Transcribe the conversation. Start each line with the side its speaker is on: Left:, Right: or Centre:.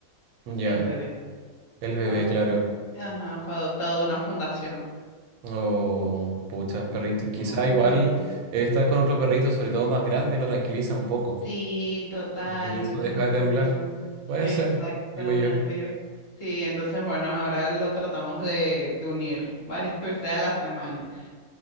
Right: ya,
Left: el bebé,
Right: el
Left: fue
Right: bebé,
Left: adop-
Right: claro.
Left: Ajá, fue adoptado de una fundación.
Right: Oh, pucha, perritos. Quizá
Left: Ujú.
Right: igual el estar con otro perrito, sobre todo más grande, lo tranquiliza un poco.
Left: Sí, total.
Right: Y por eso deja
Left: ujú,
Right: de temblar. Puede
Left: Exactamente.
Right: ser, digo yo.
Left: Sí, entonces, bueno, ahora lo tratamos de, de unir varias <laughs> veces a la semana.